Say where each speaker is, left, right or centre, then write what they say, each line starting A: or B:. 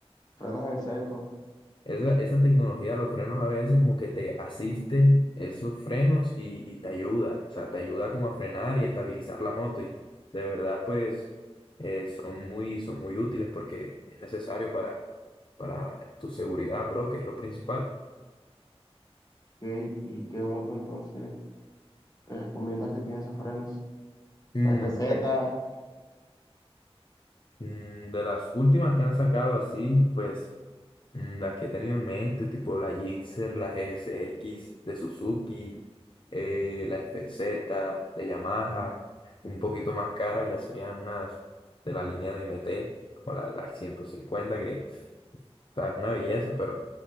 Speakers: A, on the left; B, on the left.
A: frenas en seco.
B: Esa, esa tecnología, los frenos a ABS como que te asiste esos frenos y, y te ayuda, o sea, te ayuda como a frenar y a estabilizar la moto y de verdad pues eh, son muy, son muy útiles porque es necesario para, para tu seguridad, bro, que es lo principal.
A: ¿Qué- y qué moto entonces te recomiendas que tiene esos frenos?
B: Mm,
A: La receta.
B: pues, mm, de las últimas que han sacado así, pues Mm, Las que he tenido en mente, tipo la Gixxer, la GSX de Suzuki, eh, la FZ de Yamaha, un poquito más cara ya serían unas de la línea de MT, como la, la 150 que o sea, es una belleza, pero